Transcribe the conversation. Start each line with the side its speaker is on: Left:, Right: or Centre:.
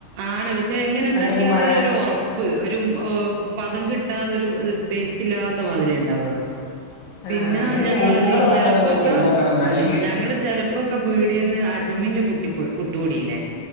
Right: ആണ് പ ക്ഷേ എങ്ങനെ ഉണ്ടാക്കിയാലും
Left: നല്ലൊരു മഴ
Right: ഒരൊറപ്പ് ഒരു ആ പതം കിട്ടാതൊരു ഒരു ടേസ്റ്റ് ഇല്ലാത്ത മാതിരിയാ ഉണ്ടാവുക.
Left: ആ
Right: പിന്നെ
Left: ഇത്
Right: ഞങ്ങ
Left: നിങ്ങൾ
Right: അതി
Left: പറഞ്ഞത്
Right: ചെലപ്പൊക്കെ
Left: ഞാൻ ചെയ്തോക്കണം എന്നാല്
Right: ഉം ഞങ്ങള് ചെലപ്പോക്കെ പീടിയേന്ന് അജ്മിന്റെ പു പ്പഴു പുട്ടുപൊടില്ലേ